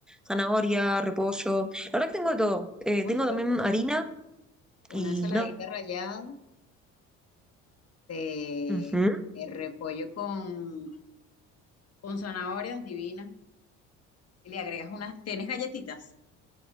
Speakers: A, in the centre; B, on the left.
A: zanahoria, repollo. La verdad que tengo de todo. Eh,
B: Oye,
A: tengo también
B: u-
A: harina y
B: una ensaladita
A: no.
B: rallada de,
A: Ujú.
B: de repollo con, con zanahorias divinas. Y le agregas unas, ¿tienes galletitas?